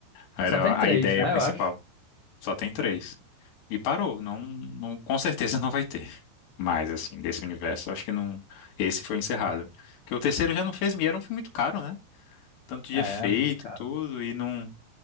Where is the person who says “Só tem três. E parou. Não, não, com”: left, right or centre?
Left